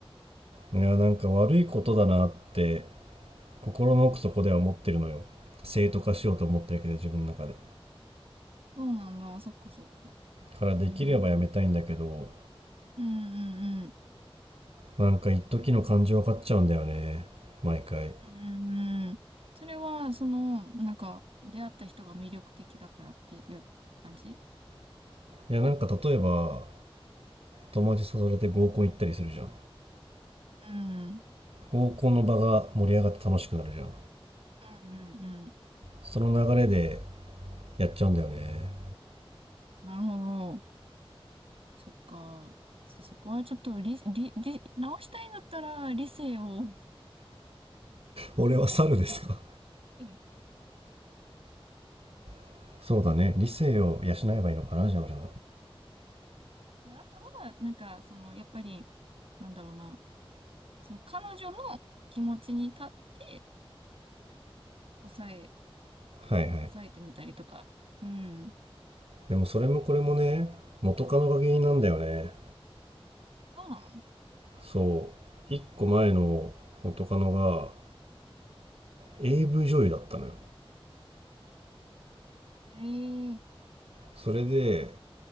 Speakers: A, on the right; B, on the right.
A: いやなんか悪いことだなって心の奥底では思ってるのよ正当化しようと思ってるけど自分の中で
B: うん。そうなんだ。そっかそっか。
A: からできればやめたいんだけど
B: うん。うんうんうん。
A: なんか一時の感情が勝っちゃうんだよね毎回い
B: うんうん。それは、その、なんか、出会った人が魅力的だからっていう感じ
A: やなんか例えば友達誘われて合コン行ったりするじゃん
B: うん。
A: 合コンの場が盛り上がって楽しくなるじゃん
B: うんうんうん。
A: その流れでやっちゃうんだよね
B: なるほど。そっか。そそこはちょっと理、理、理、直したいんだったら理性を。うん。
A: 俺は猿ですか
B: うん
A: <laughs> そうだね理性を養えばいいのかなじゃあ俺は
B: あとは、なんか、その、やっぱり、なんだろうな。その彼女の気持ちに立って抑え
A: はいはい
B: 抑えてみたりとか。うん。
A: でもそれもこれもね元カノが原因なんだよね
B: うん。そうなの
A: そう1個前の元カノが
B: う
A: AV 女優だったのよ
B: んへえ。
A: それで